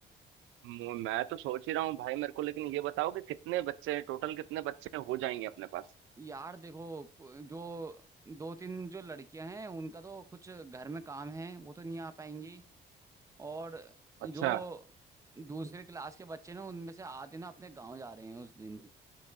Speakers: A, on the right; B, on the right.
A: मु- मैं तो सोच ही रहा हूँ भाई मेरे को लेकिन ये बताओ कि कितने बच्चे हैं टोटल कितने बच्चे हो जाएंगे अपने पास
B: यार देखो जो दो तीन जो लड़कियां हैं उनका तो कुछ घर में काम है वो तो नहीं आ पाएंगी और
A: अच्छा
B: जो दूसरे क्लास के बच्चे ना उनमें से आधे ना अपने गांव जा रहे हैं उस दिन